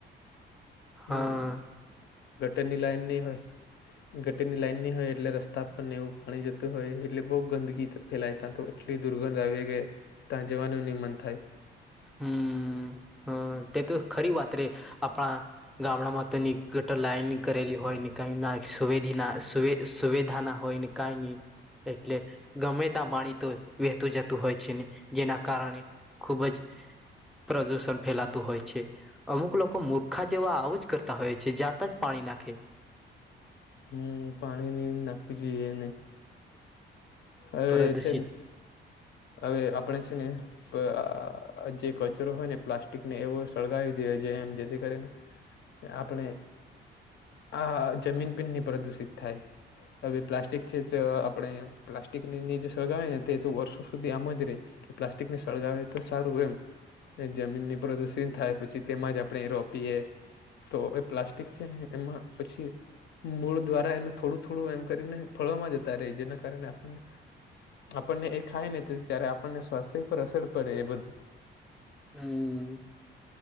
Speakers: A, in the centre; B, on the left.
A: હા
B: હમ્મ, ગટરની લાઈન ની હોય.
A: હ
B: ગટીરની લાઈન ની હોય એટલે રસ્તા પરને એવું પાણી જતું હોય એટલે બહુ ગંદગી ફેલાય તા તો એટલી દુર્ગંધ આવે કે ત્યાં જવાનું ની મન થાય.
A: હમ્મ હ તે તો ખરી વાત રે આપણા ગામડામાં તો ની ગટર લાઈન કરેલી હોય ને કઈ ના સુવેધિના સુવેધા ના હોય ને કાઈ ની એટલે ગમે તા પાણી તો વહેતું જતું હોય છે ને જેના કારણે ખૂબ જ પ્રદૂષણ ફેલાતું હોય. છે અમુક લોકો મૂર્ખા જેવાં આવું જ કરતાં હોય છે જાત જ પાણી નાખે.
B: હમ્મ, પાણી ની નાખવી જોઈએ નઈ. અવે
A: પ્રદુષિત
B: છે ને અવે આપણે છે ને પ આ જે કચરો હોય ને પ્લાસ્ટિકને એવો સળગાવી દેવો જોઈએ એમ જેથી કરીને આપણે આ જમીન પણની પ્રદુષિત થાય અવે પ્લાસ્ટિક છે જ આપણે પ્લાસ્ટિકની જો સળગાવીએ ને તે તો વર્ષો સુધી આમ જ રેય. કે પ્લાસ્ટિકને સળગાવે તો સારું એમ જમીનને પ્રદુષણ થાય પછી તેમાં જ આપણે રોપીએ તો એ પ્લાસ્ટિક છે ને એમાં પછી મૂળ દ્વારા એનું થોડું થોડું એમ કરીને ફળવામાં જતા રેય જેના કારણે આપણને આપણને એ ખાયને તો જ્યારે આપણને સ્વાસ્થ્ય પર અસર પડે એ બધી.
A: હમ્મ